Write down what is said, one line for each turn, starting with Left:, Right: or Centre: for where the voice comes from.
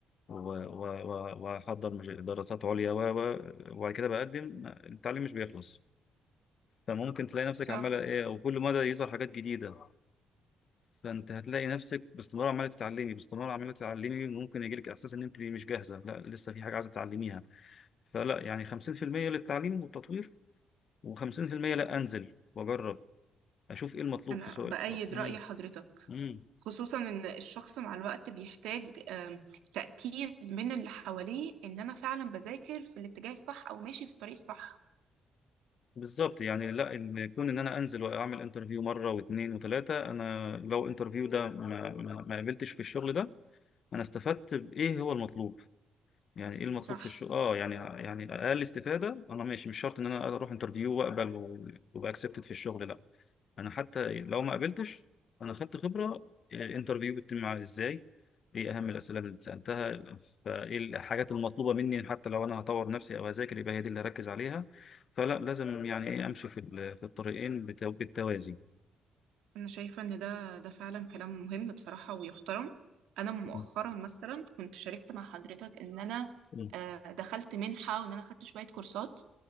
Left: و- و- و- وأحضر مج- دراسات عليا و- و- وبعد كده بقدم التعليم مش بيخلص فممكن تلاقي نفسك
Right: صح
Left: عمالة إيه وكل مدى يظهر حاجات جديدة فانت هتلاقي نفسك باستمرار عماله تتعلمي باستمرار عماله تتعلمي ممكن يجيلك احساس ان انت مش جاهزه لا لسه في حاجه عايزه تتعلميها فلا يعني 50% للتعليم والتطوير و50% لا انزل واجرب اشوف ايه المطلوب
Right: انا
Left: في سؤال
Right: بأيد
Left: امم
Right: رأي حضرتك
Left: امم
Right: خصوصا ان الشخص مع الوقت بيحتاج آم، تأكيد من اللي حواليه ان انا فعلا بذاكر في الاتجاه الصح او ماشي في الطريق الصح
Left: بالظبط يعني لا ان كون ان انا انزل واعمل انترفيو مره واثنين وثلاثه انا لو انترفيو ده ما, ما, ما قابلتش في الشغل ده انا استفدت بايه هو المطلوب يعني ايه المطلوب
Right: صح
Left: في الشغل اه يعني يعني اقل استفاده انا ماشي مش شرط ان انا اروح انترفيو واقبل و- وابقى اكسبتد في الشغل لا انا حتى لو ما قابلتش انا خدت خبره يعني الانترفيو بيتم معايا ازاي ايه اهم الاسئله اللي سالتها فايه الحاجات المطلوبه مني حتى لو انا هطور نفسي او هذاكر يبقى هي دي اللي هركز عليها فلا لازم يعني ايه امشي في ال- في الطريقين بت- بالتوازي
Right: أنا شايفة إن ده ده فعلا كلام مهم بصراحة ويحترم أنا مؤخرا
Left: مم.
Right: مثلا كنت شاركت مع حضرتك إن أنا
Left: مم.
Right: آه، دخلت منحة وإن أنا خدت شوية كورسات